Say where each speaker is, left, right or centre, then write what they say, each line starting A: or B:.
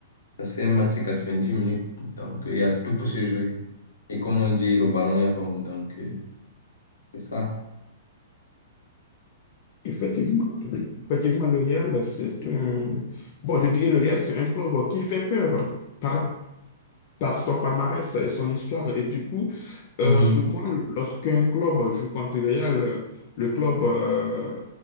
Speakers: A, on the left; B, on the left.
A: Parce qu'un match, c'est 90 minutes, donc euh, il y a tout pour se jouer. Et comme on dit, le ballon est rond, donc euh, c'est ça.
B: Effectivement, effectivement, le Real, c'est un... Bon, je dirais le Real, c'est un club qui fait peur. Par, par son palmarès et son histoire. Et du coup,
A: Mhm.
B: euh, souvent, lorsqu'un club joue contre Real, le club, euh,